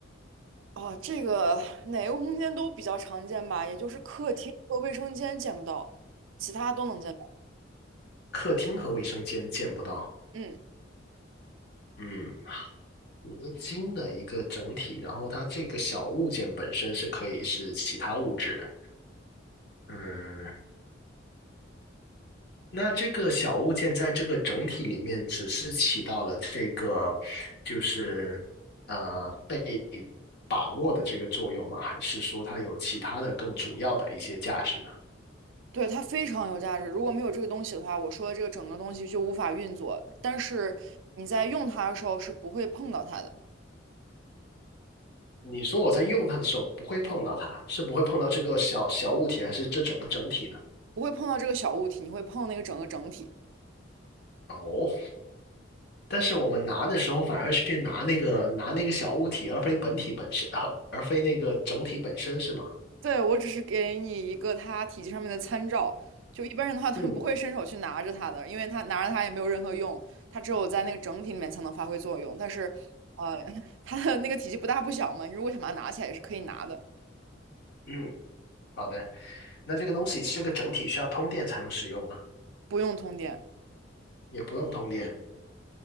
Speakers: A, on the right; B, on the left.
A: 啊，这个哪个空间都比较常见吧，也就是客厅和卫生间见不到，其他都能见到。
B: 客厅和卫生间见不到。
A: 嗯，
B: 嗯，合金的一个整体，然后它这个小物件本身是可以是其他物质的。嗯，那这个小物件在这个整体里面只是起到了这个，就是呃被把握的这个作用吗？还是说它有其他的更主要的一些价值呢？
A: 对，它非常有价值。如果没有这个东西的话，我说的这个整个东西就无法运作。但是你在用它的时候是不会碰到它的，
B: 你说我在用它的时候不会碰到它，是不会碰到这个小小物体，还是这整个整体呢？
A: 不会碰到这个小物体，你会碰那个整个整体。
B: 哦，但是我们拿的时候反而是去拿那个拿那个小物体，而非本体本身，<laughs> 呃而非那个整体本身，是吗？
A: 对，我只是给你一个它体积上面的参照，就一般人的话，他们不会伸手去拿着它的，
B: 嗯
A: 因为它拿着它也没有任何用，它只有在那个整体里面才能发挥作用。但是，呃，<laughs> 它的那个体积不大不小嘛，你如果想把它拿起来也是可以拿的，
B: 嗯，好的。那这个东西这个整体需要通电才能使用吗？
A: 不用通电。
B: 也不用通电，